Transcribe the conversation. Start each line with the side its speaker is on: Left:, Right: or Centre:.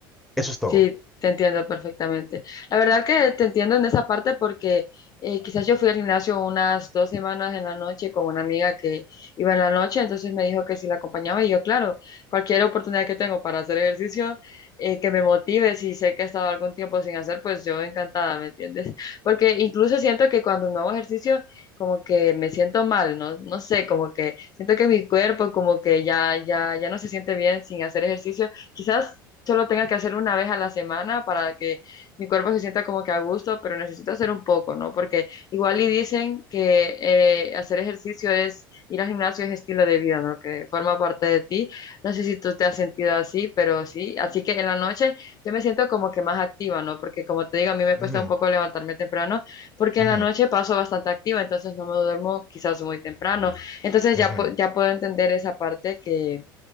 Centre: Eso es todo.
Left: Sí, te entiendo perfectamente. La verdad que te entiendo en esa parte porque eh, quizás yo fui al gimnasio unas dos semanas en la noche con una amiga que iba en la noche, entonces me dijo que si la acompañaba y yo, claro, cualquier oportunidad que tengo para hacer ejercicio eh, que me motive, si sé que he estado algún tiempo sin hacer, pues yo encantada, ¿me entiendes? <laughs> Porque incluso siento que cuando no hago ejercicio, como que me siento mal, no, no sé, como que siento que mi cuerpo como que ya, ya, ya no se siente bien sin hacer ejercicio. Quizás solo tenga que hacer una vez a la semana para que mi cuerpo se sienta como que a gusto, pero necesito hacer un poco, ¿no? Porque igual y dicen que eh, hacer ejercicio es, ir al gimnasio es estilo de vida, ¿no? Que forma parte de ti. No sé si tú te has sentido así, pero sí. Así que en la noche yo me siento como que más activa, ¿no? Porque como te digo, a mí me
Centre: Ujú,
Left: cuesta un poco levantarme temprano, porque
Centre: ujú.
Left: en la noche paso bastante activa, entonces no me duermo quizás muy temprano. Entonces
Centre: Ujú.
Left: ya, po- ya puedo entender esa parte que